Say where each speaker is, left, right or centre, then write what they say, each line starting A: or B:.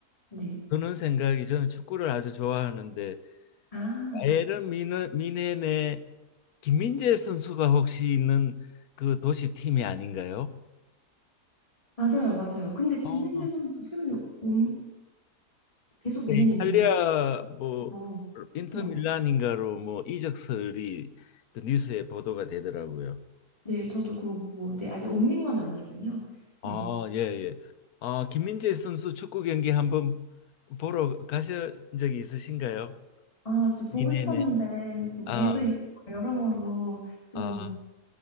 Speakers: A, on the left (about 20°); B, on the left (about 70°).
A: 네.
B: 드는 생각이 저는 축구를 아주 좋아하는데
A: 아,
B: 바이에른 미네, 미넨의 김민재 선수가 혹시 있는 그 도시 팀이 아닌가요?
A: 맞아요, 맞아요. 근데 김민재
B: 어.
A: 선수 최근에 옴, 계속 뮌헨이
B: 그 이탈리아
A: 있나요?
B: 뭐
A: 어,
B: 인터
A: 그렇죠.
B: 밀란인가로 뭐 이적설이 그 뉴스에 보도가 되더라고요.
A: 네, 저도 그거 보고, 네, 아직 옮긴 건 아니군요. 네.
B: 아, 예, 예. 아, 김민재 선수 축구 경기 한번 보러 가신 적이 있으신가요?
A: 아, 좀 보고
B: 미네네.
A: 싶었는데 또
B: 아,
A: 애도 있고 여러모로 좀
B: 아,